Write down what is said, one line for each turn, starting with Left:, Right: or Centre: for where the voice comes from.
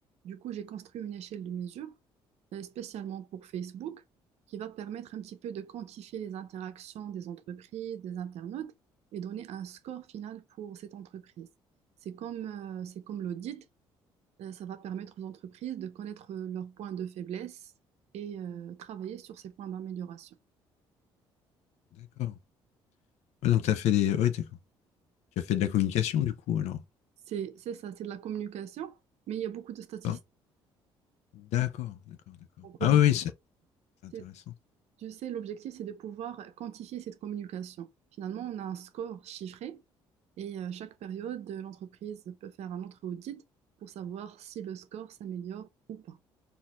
Right: Du coup, j'ai construit une échelle de mesure euh, spécialement pour Facebook qui va permettre un petit peu de quantifier les interactions des entreprises, des internautes et donner un score final pour cette entreprise. C'est comme, euh, c'est comme l'audit euh, ça va permettre aux entreprises de connaître euh, leurs points de faiblesse et euh, travailler sur ces points d'amélioration.
Left: D'accord. Ouais, donc t'as fait des, ouais, d'accord. Tu as fait de la communication, du coup, alors.
Right: C'est c'est ça, c'est de la communication, mais il y a beaucoup de statistiques.
Left: D'accord, d'accord, d'accord. d'accord.
Right: Donc, l'objectif,
Left: Ah oui, oui, c'est c'est
Right: c'est-
Left: intéressant.
Right: tu sais, l'objectif, c'est de pouvoir quantifier cette communication. Finalement, on a un score chiffré et euh, chaque période, euh, l'entreprise peut faire un autre audit pour savoir si le score s'améliore ou pas.